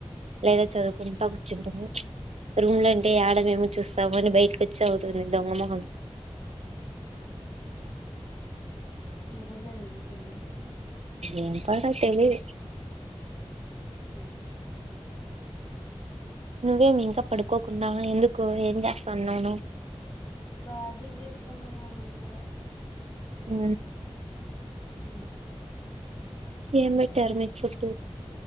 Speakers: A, on the right; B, on the left.
A: లేదా చదువుకుంటా కూర్చుంటుంది రూమ్ లో అంటే ఆడ ఏమో చూస్తాము అని బయట వచ్చవుతుంది దొంగమహం
B: రేపటి చదివింది పిల్ల
A: ఏం పాట తెలియదు
B: ఉ
A: నువ్వేమి ఇంకా పడుకోకుండా ఎందుకు ఏం చేస్తా అన్నాను
B: ప్రాజెక్ట్ చేసుకుంటున్నాం మేము కూడా
A: ఊ
B: ఉ
A: ఏం పెట్టరు మీక్ ఫుడ్